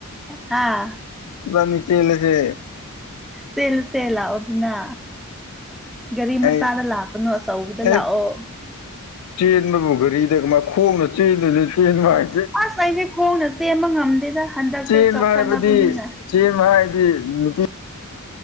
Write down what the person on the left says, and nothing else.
ꯕꯥ ꯅꯅꯤꯆꯦ ꯏꯂꯁꯦ
ꯑꯩ
ꯑꯦ
ꯆꯦꯟꯕꯕꯨ ꯘꯔꯤꯗꯥꯏ ꯈꯣꯡꯅ ꯆꯦꯟꯗꯅ ꯆꯦꯟꯕ ꯍꯥꯏ
ꯆꯦꯟ
ꯍꯥꯏꯕꯗꯤ ꯆꯦꯟ ꯍꯥꯏ <unintelligible>